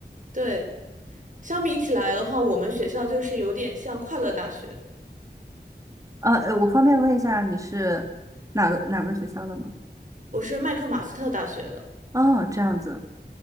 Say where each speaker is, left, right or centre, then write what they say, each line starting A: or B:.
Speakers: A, on the right (about 50°); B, on the right (about 20°).
A: 对，相比起来的话，我们学校就是有点像快乐大学，
B: <laughs> 啊，呃我方便问一下你是哪个哪个学校的吗？
A: 我是麦克马斯特大学的。
B: 哦，这样子。